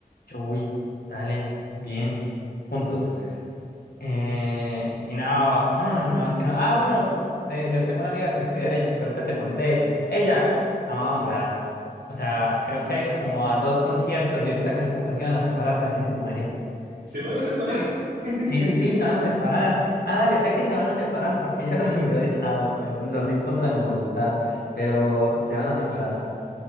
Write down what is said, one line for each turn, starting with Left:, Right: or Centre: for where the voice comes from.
Left: Yo, uy, dale, bien, juntos. Eh, y no, no, no, no, es que no. Ah, bueno, te- yo tengo una amiga que estudia Derecho, creo que te conté. Ella amaba a Morat. O sea, creo que ha ido como a dos conciertos y ahorita que supo que se iban a separar, casi se muere.
Right: Se van a separar.
Left: Sí,
Right: <laughs>
Left: sí, sí, se van a separar. Ah, dale, sé que se van a separar porque ella lo <laughs> subió de estado. en- Lo sé en contra de mi voluntad, pero se van a separar.